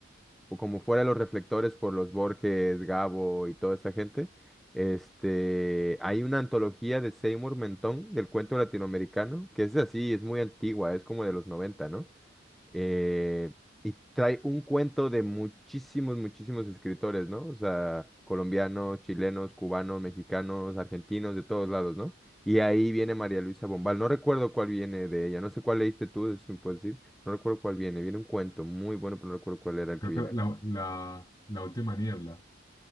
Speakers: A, in the centre; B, on the left.
A: o como fuera de los reflectores por los Borges, Gabo y toda esta gente, este, hay una antología de Seymour Mentón del cuento latinoamericano, que es así, es muy antigua, es como de los 90, ¿no? Eh, y trae un cuento de muchísimos, muchísimos escritores, ¿no? O sea, colombianos, chilenos, cubanos, mexicanos, argentinos, de todos lados, ¿no? Y ahí viene María Luisa Bombal. No recuerdo cuál viene de ella. No sé cuál leíste tú, si me puedes decir. No recuerdo cuál viene. Viene un cuento muy bueno, pero no recuerdo cuál era el
B: Creo
A: que viene.
B: que la, la, la última niebla.